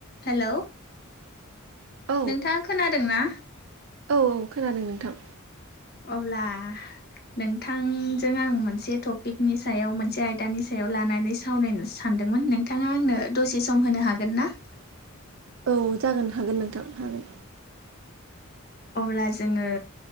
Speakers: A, on the left; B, on the right.
A: Hello
B: औ
A: नोंथाङा खोनादों ना
B: औ औ खोनादों नोंथां
A: अब्ला नोंथांजों आं मोनसे टपिकनि सायाव मोनसे आयदानि सायाव लानानै सावरायनो सानदोंमोन नोंथाङा आंनो दसे सम होनो हागोन ना
B: औ जागोन हागोन नोंथां हागोन
A: अब्ला जोङो